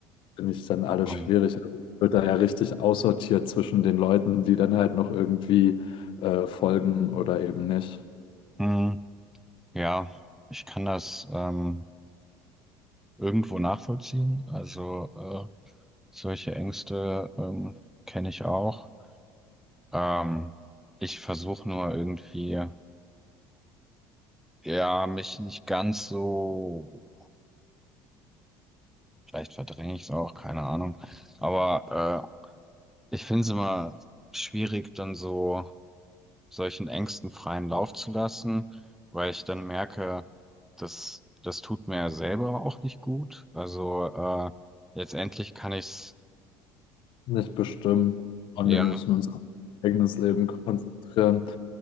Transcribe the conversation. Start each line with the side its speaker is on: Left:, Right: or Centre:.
Left: finde ich dann alles
Centre: Aber,
Left: schwierig. Also es wird da ja richtig aussortiert zwischen den Leuten, die dann halt noch irgendwie äh, folgen oder eben nicht,
Centre: hm, ja, ich kann das ähm, irgendwo nachvollziehen. Also, äh, solche Ängste ähm, kenne ich auch. Ähm, ich versuche nur irgendwie, ja, mich nicht ganz so Vielleicht verdränge ich es auch, keine Ahnung. Aber äh, ich finde es immer schwierig, dann so solchen Ängsten freien Lauf zu lassen, weil ich dann merke, das, das tut mir ja selber auch nicht gut. Also äh, letztendlich kann ich's
Left: nicht bestimmen. Und
Centre: ja.
Left: wir müssen uns auf unser eigenes Leben konzentrieren.